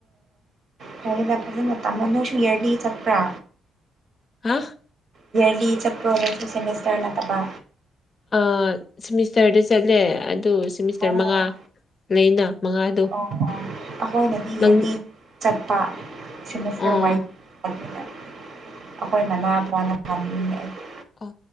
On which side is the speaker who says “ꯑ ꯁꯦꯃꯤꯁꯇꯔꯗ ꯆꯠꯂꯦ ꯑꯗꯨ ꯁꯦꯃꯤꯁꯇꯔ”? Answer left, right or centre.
Left